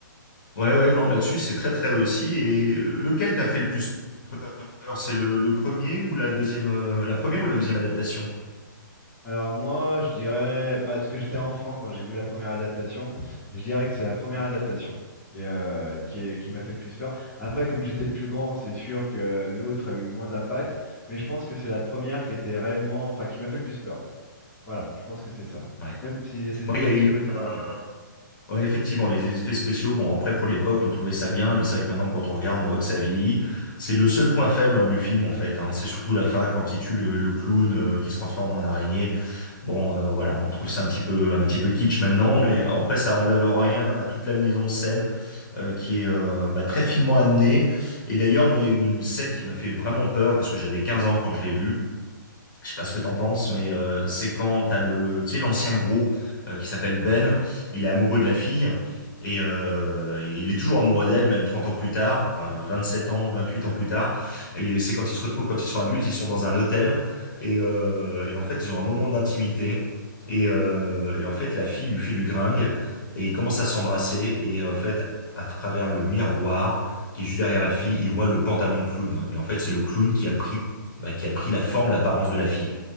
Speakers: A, on the left; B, on the left.
A: ouais, ouais. Non, là-dessus, c'est très très réussi. Et lequel t'a fait le plus peur? C'est le, le premier ou la deuxième, euh, la première ou la deuxième adaptation?
B: Alors moi, je dirais, bah, parce que j'étais enfant quand j'ai vu la première adaptation, je dirais que c'est la première adaptation qui, est, euh, qui est- qui m'a fait le plus peur. Après, comme j'étais plus grand, c'est sûr que l'autre a eu moins d'impact, mais je pense que c'est la première qui était réellement, enfin qui m'a fait le plus peur. Voilà, je pense que c'est ça.
A: Ouais.
B: Même si les effets
A: Moi,
B: spéciaux
A: il y a eu.
B: étaient moins
A: un,
B: bien.
A: Ouais, effectivement, les effets spéciaux, bon, après, pour l'époque, on trouvait ça bien, mais c'est vrai que maintenant, quand on regarde, on voit que ça vieillit. C'est le seul point faible, hein, du film, en fait, hein. C'est surtout la fin, quand il tue le, le clown, euh, qui se transforme en araignée. Bon, euh, voilà, on trouve ça un petit peu, un petit peu kitsch maintenant, mais après, ça enlève rien à toute la mise en scène, euh, qui est, euh, bah, très finement amenée. Et d'ailleurs, moi, il y a une scène qui m'a fait vraiment peur, parce que j'avais 15 ans quand je l'ai vue. Je sais pas ce que t'en penses, mais euh, c'est quand t'as le, tu sais, l'ancien gros euh, qui s'appelle Ben, il est amoureux de la fille et euh, il est toujours amoureux d'elle, même 30 ans plus tard, enfin 27 ans, 28 ans plus tard. Et c'est quand ils se retrouvent, quand ils sont adultes, ils sont dans un hôtel et, euh, et en fait ils ont un moment d'intimité et, euh, et en fait la fille lui fait du gringue et ils commencent à s'embrasser et en fait à travers le miroir qui est juste derrière la fille, ils voient le pantalon de clown et en fait c'est le clown qui a pris bah, qui a pris la forme, l'apparence de la fille.